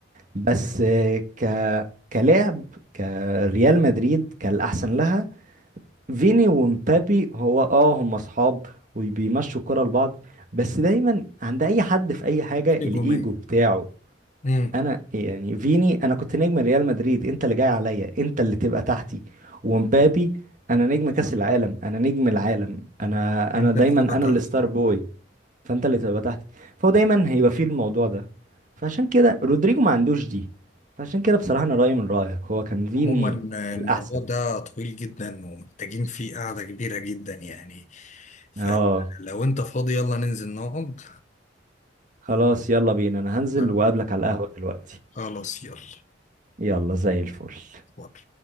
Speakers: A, on the right; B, on the left.
A: بس آه، ك كلاعب كريال مدريد كالاحسن لها فيني ومبابي هو اه هم اصحاب وبيمشوا الكرة لبعض بس دايما عند اي حد في اي حاجة الايجو
B: نجومية
A: بتاعه
B: امم
A: انا يعني فيني انا كنت نجم ريال مدريد انت اللي جاي عليا انت اللي تبقى تحتي ومبابي انا نجم كاس العالم انا نجم العالم انا
B: انت
A: انا دايما
B: اللي تبقى
A: انا
B: تحت
A: الستار بوي فانت اللي تبقى تحتي فهو دايما هيبقى فيه الموضوع ده فعشان كده رودريجو ما عندوش دي فعشان كده بصراحة انا رأيي من رأيك هو كان فيني
B: عموما الموضوع
A: الاحسن
B: ده طويل جدا ومحتاجين فيه قعدة كبيرة جدا يعني فلو
A: اه
B: انت فاضي يلا ننزل نقعد
A: خلاص يلا بينا انا هنزل
B: آه،
A: واقابلك على القهوة دلوقتي
B: خلاص يلا
A: يلا زي الفل
B: اتفضل.